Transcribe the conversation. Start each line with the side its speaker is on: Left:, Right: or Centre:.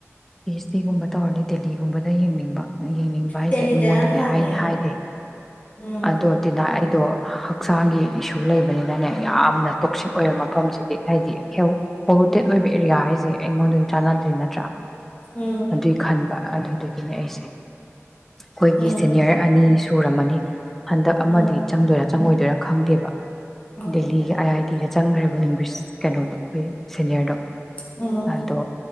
Centre: ꯑꯩ꯭ꯁ ꯗꯤ ꯒꯨꯝꯕ ꯇꯧꯔꯗꯤ ꯗꯦꯜꯂꯤꯒꯨꯝꯕꯗ ꯌꯦꯡꯅꯤꯡꯕ ꯌꯦꯡꯅꯤꯡꯕ ꯍꯥꯏꯁꯦ
Left: ꯗꯦꯜꯂꯤꯗꯅ
Centre: ꯃꯤꯉꯣꯟꯗꯗꯤ
Left: ꯐꯅꯤ
Centre: ꯍꯥꯏꯗꯦ
Left: ꯎꯝ
Centre: ꯑꯗꯣ ꯇꯤꯅꯥ ꯑꯩ ꯑꯗꯣ ꯍꯛꯆꯥꯡꯒꯤ ꯏꯁꯨ ꯂꯩꯕꯅꯤꯅꯅꯦ ꯌꯥꯝ ꯌꯥꯝꯅ ꯇꯣꯛꯁꯤꯛ ꯑꯣꯏꯕ ꯃꯐꯝꯁꯤꯗꯤ ꯍꯥꯏꯗꯤ ꯍꯦꯜ ꯄꯣꯂꯨꯇꯦꯠ ꯑꯣꯏꯕ ꯑꯦꯔꯤꯌꯥ ꯍꯥꯏꯁꯦ ꯑꯩꯉꯣꯟꯗꯗꯤ ꯆꯥꯟꯅꯗ꯭ꯔꯤ ꯅꯠꯇ꯭ꯔꯥ
Left: ꯎꯝ
Centre: ꯑꯗꯨꯏ ꯈꯟꯕ ꯑꯗꯨꯗꯨꯒꯤꯅꯦ ꯑꯩꯁꯦ ꯑꯩꯈꯣꯏꯒꯤ
Left: ꯎꯝ
Centre: ꯁꯦꯅꯤꯌꯔ ꯑꯅꯤ ꯁꯨꯔꯝꯃꯅꯤ ꯍꯟꯗꯛ ꯑꯃꯗꯤ
Left: ꯎꯝ
Centre: ꯆꯪꯗꯣꯏꯔꯥ ꯆꯪꯉꯣꯏꯗꯣꯏꯔꯥ ꯈꯪꯗꯦꯕ
Left: ꯎꯝ
Centre: ꯗꯦꯜꯂꯤꯒꯤ ꯑꯥꯏ ꯑꯥꯏ ꯇꯤꯗ ꯆꯪꯒ꯭ꯔꯦꯕ ꯂꯤꯡꯒ꯭ꯋꯤꯁ ꯀꯩꯅꯣꯗꯣ ꯑꯩꯈꯣꯏ ꯁꯦꯅꯤꯌꯔꯗꯣ
Left: ꯎꯝ ꯎꯝ
Centre: ꯑꯗꯣ